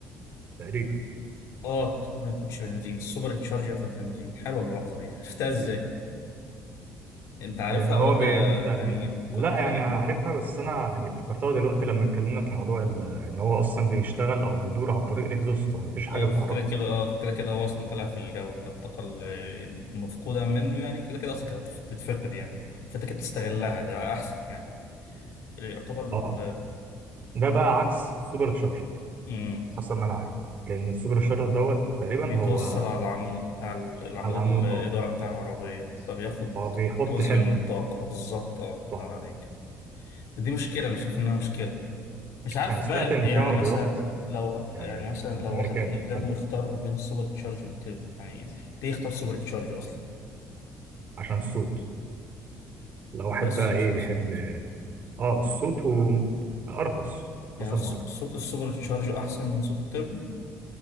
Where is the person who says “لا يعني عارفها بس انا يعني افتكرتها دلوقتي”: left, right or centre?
Right